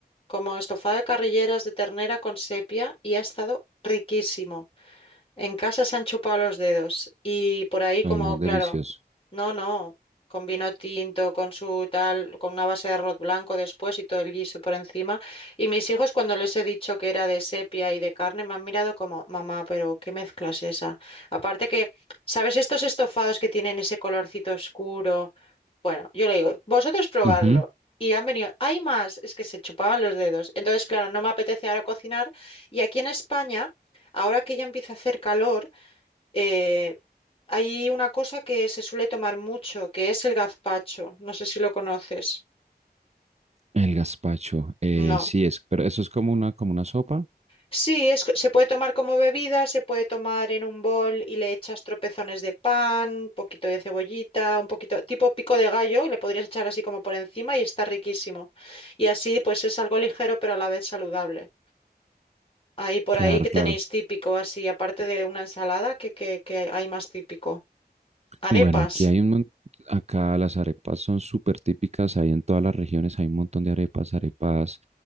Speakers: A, on the left; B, on the right.
A: como estofado de carrilleras de ternera con sepia y ha estado riquísimo. En casa se han chupado los dedos y por ahí
B: Suena
A: como,
B: delicioso.
A: claro, no, no, con vino tinto, con su tal, con una base de arroz blanco después y todo el guiso por encima. Y mis hijos cuando les he dicho que era de sepia y de carne me han mirado como, mamá, pero ¿qué mezcla es esa? Aparte que, ¿sabes estos estofados que tienen ese colorcito oscuro? Bueno, yo le digo, vosotros probarlo.
B: Ujú.
A: Y han venido, hay más, es que se chupaban los dedos. Entonces, claro, no me apetece ahora cocinar. Y aquí en España... Ahora que ya empieza a hacer calor, eh, hay una cosa que se suele tomar mucho, que es el gazpacho. No sé si lo conoces.
B: El gazpacho, eh,
A: No.
B: sí es, pero eso es como una, como una sopa.
A: Sí, es, se puede tomar como bebida, se puede tomar en un bol y le echas tropezones de pan, un poquito de cebollita, un poquito, tipo pico de gallo, le podrías echar así como por encima y está riquísimo. Y así pues es algo ligero pero a la vez saludable. Ahí por
B: Claro,
A: ahí que
B: claro.
A: tenéis típico así, aparte de una ensalada, que, hay más típico? Arepas.
B: Bueno, aquí hay un, mon- acá las arepas son súper típicas, hay en todas las regiones, hay un montón de arepas, arepas